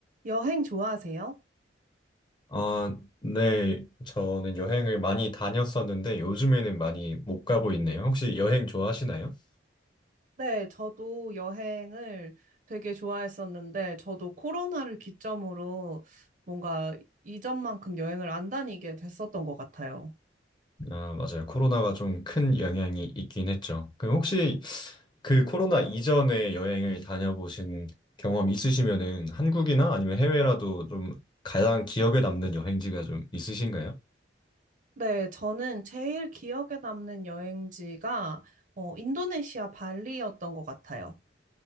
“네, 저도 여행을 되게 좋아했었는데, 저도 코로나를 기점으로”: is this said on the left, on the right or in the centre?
Right